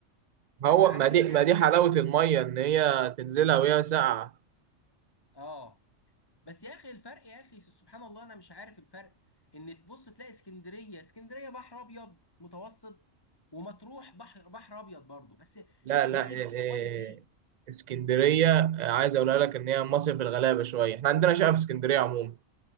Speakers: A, on the right; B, on the left.
A: ما
B: بس
A: هو
B: عارف
A: ما دي
B: انت
A: ما دي حلاوة المية ان هي تنزلها وهي ساقعة
B: اه بس يا اخي الفرق يا اخي سبحان الله انا مش عارف الفرق ان تبص تلاقي اسكندريه اسكندريه بحر ابيض متوسط ومطروح بحر بحر ابيض برضه بس
A: لا لا
B: ميه
A: إيه
B: دي
A: إيه
B: غير ميه دي
A: اسكندرية آه، عايز اقولها لك ان هي مصيف الغلابة شوية احنا عندنا شقة في اسكندرية عموما